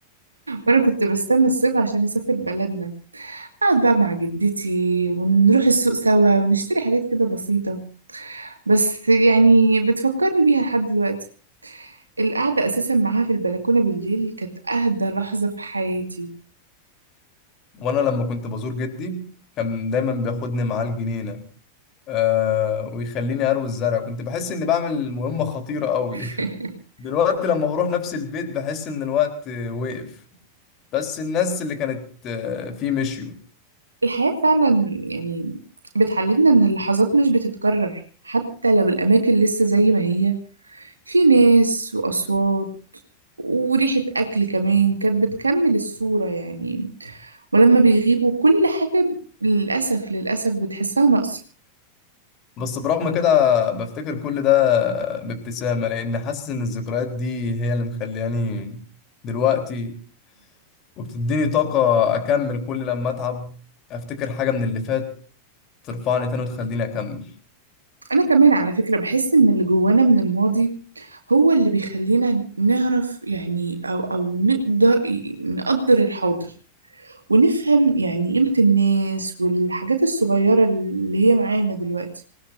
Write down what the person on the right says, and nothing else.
وأنا كنت بستنى الصيف عشان أسافر بلدنا أقعد بقى مع جدتي ونروح السوق سوا ونشتري حاجات كده بسيطة بس يعني بتفكرني بيها لحد دلوقتي القعدة أساسا معاها في البلكونة بالليل كانت أهدى لحظة في حياتي
<laughs>
الحياة فعلا يعني بتعلمنا إن اللحظات مش بتتكرر حتى لو الأماكن لسه زي ما هي في ناس وأصوات وريحة أكل كمان كانت بتكمل الصورة يعني ولما بيغيبوا كل حاجة للأسف للأسف بتحسها ناقصة
أنا كمان على فكرة بحس إن اللي جوانا من الماضي هو اللي بيخلينا نعرف يعني أو أو نقدر نقدر الحاضر ونفهم يعني قيمة الناس والحاجات الصغيرة اللي هي معانا دلوقتي